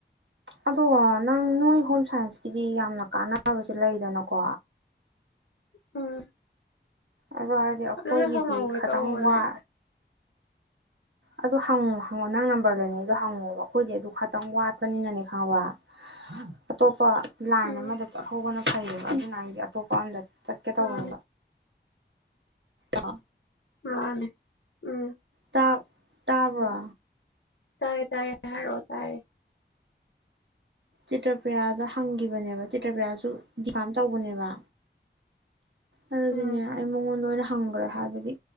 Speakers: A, on the right; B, on the left.
A: ꯑꯗꯣ ꯅꯪ ꯅꯣꯏ ꯍꯣꯝ ꯁꯥꯏꯟꯁꯀꯤꯗꯤ ꯌꯥꯝꯅ ꯀꯥꯟꯅꯕꯁꯦ ꯂꯩꯗꯅꯀꯣ
B: ꯎꯝ
A: ꯑꯗꯣ ꯍꯥꯏꯗꯤ ꯑꯈꯣꯏꯒꯤꯗꯤ
B: ꯑꯗꯨꯗ ꯍꯪꯍꯧꯒꯦ
A: ꯈꯇꯪ
B: ꯇꯧꯕꯅꯦ
A: ꯋꯥ ꯑꯗꯨ ꯍꯪꯉꯣ ꯍꯪꯉꯣ ꯅꯪ ꯅꯝꯕꯔ ꯂꯩꯅꯩꯗꯣ ꯍꯪꯉꯣꯕ ꯑꯈꯣꯏꯗꯤ ꯑꯗꯨ ꯈꯇꯪ ꯋꯥꯠꯄꯅꯤꯅꯅꯦ ꯈꯪꯕ ꯑꯇꯣꯞꯄ ꯂꯥꯏꯟ
B: ꯎꯝ
A: ꯑꯃꯗ ꯆꯠꯍꯧꯕꯅ ꯐꯩꯌꯦꯕ ꯑꯗꯨꯅ ꯑꯩꯗꯤ ꯑꯇꯣꯞꯄ ꯑꯝꯗ ꯆꯠꯀꯦ ꯇꯧꯕꯅꯕ
B: ꯃꯥꯅꯦ
A: ꯑ
B: ꯃꯥꯅꯦ ꯎꯝ
A: ꯇꯥ ꯇꯥꯕ
B: ꯇꯥꯏ ꯇꯌꯦ ꯍꯥꯏꯔꯑꯣ ꯇꯥꯏ
A: ꯆꯤꯇ꯭ꯔꯄꯦꯌꯥꯗ ꯍꯪꯈꯤꯕꯕꯅꯦꯕ ꯆꯤꯇ꯭ꯔꯄꯦꯌꯥꯁꯨ ꯗꯤ ꯐꯥꯝ ꯇꯧꯕꯅꯦꯕ ꯑꯗꯨꯒꯤꯅꯦ
B: ꯎꯝ
A: ꯑꯩ ꯃꯉꯣꯟꯗ ꯑꯣꯏꯔ ꯐꯪꯈ꯭ꯔꯦ ꯍꯥꯏꯕꯗꯤ